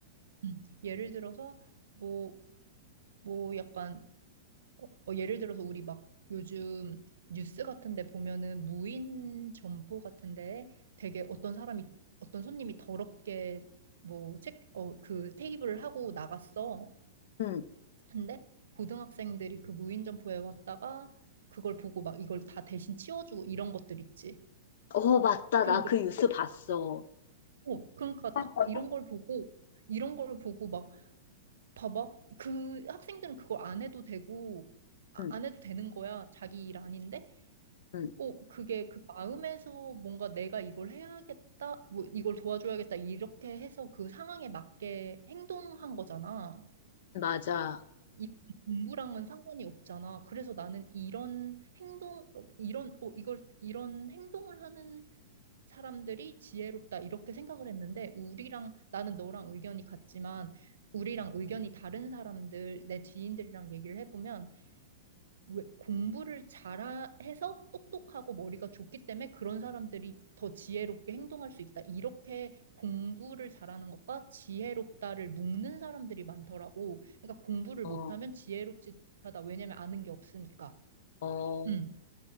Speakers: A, on the right; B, on the left.
A: 음, 예를 들어서, 뭐, 뭐 약간 어, 어, 예를 들어서 우리 막 요즘 뉴스 같은데 보면은 무인 점포 같은데 되게 어떤 사람이 어떤 손님이 더럽게 뭐 책, 어, 그 테이블을 하고 나갔어.
B: 음,
A: 근데 고등학생들이 그 무인 점포에 왔다가 그걸 보고 막 이걸 다 대신 치워주고 이런 것들 있지.
B: 어, 맞다.
A: 그러니까,
B: 나 그 뉴스 봤어.
A: 어, 그러니까
B: <laughs>
A: 딱 이런 걸 보고 이런 걸 보고 막 봐봐. 그 학생들은 그걸 안 해도 되고 아-
B: 음,
A: 안 해도 되는 거야. 자기 일 아닌데.
B: 음,
A: 어, 그게 그 마음에서 뭔가 내가 이걸 해야겠다, 뭐 이걸 도와줘야겠다, 이렇게 해서 그 상황에 맞게 행동한 거잖아.
B: 맞아.
A: 이 공부랑은 상관이 없잖아. 그래서 나는 이런 행동, 어, 이런, 어, 이걸, 이런 행동을 하는 사람들이 지혜롭다, 이렇게 생각을 했는데, 우리랑, 나는 너랑 의견이 같지만, 우리랑 의견이 다른 사람들, 내 지인들이랑 얘기를 해보면, 왜 공부를 잘해서 똑똑하고 머리가 좋기 때문에 그런 사람들이 더 지혜롭게 행동할 수 있다. 이렇게 공부를 잘하는 것과 지혜롭다를 묶는 사람들이 많더라고. 그러니까 공부를
B: 어,
A: 못하면 지혜롭지 하다. 왜냐면 아는 게 없으니까.
B: 어,
A: 음.